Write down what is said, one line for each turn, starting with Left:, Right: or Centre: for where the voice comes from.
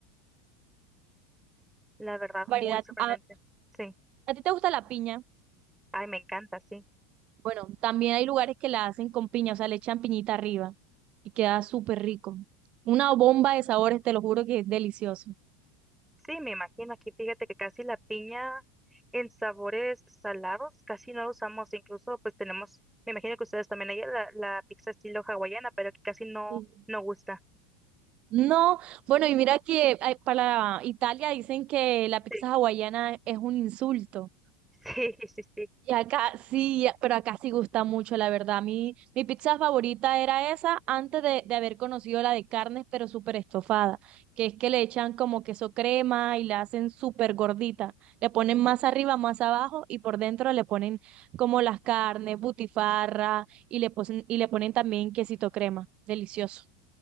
Centre: La verdad,
Right: variedad.
Centre: muy sorprendente.
Right: ¿A,
Centre: Sí.
Right: a ti te gusta la piña?
Centre: Ay, me encanta, sí.
Right: Bueno, también hay lugares que la hacen con piña, o sea, le echan piñita arriba y queda súper rico. Una bomba de sabores, te lo juro que es delicioso.
Centre: Sí, me imagino. Aquí fíjate que casi la piña en sabores salados casi no la usamos. Incluso, pues tenemos, me imagino que ustedes también hay la, la pizza estilo hawaiana, pero que casi no,
Right: Sí.
Centre: no gusta.
Right: No, bueno, y mira que ay, para Italia dicen que la pizza
Centre: Sí. <laughs>
Right: hawaiana es un insulto.
Centre: Sí, sí, sí.
Right: Y acá sí, ya- pero acá sí gusta mucho, la verdad. Mi, mi pizza favorita era esa antes de, de haber conocido la de carnes, pero súper estofada, que es que le echan como queso crema y la hacen súper gordita. Le ponen más arriba, más abajo y por dentro le ponen como las carnes, butifarra y le, posen- y le ponen también quesito crema. Delicioso.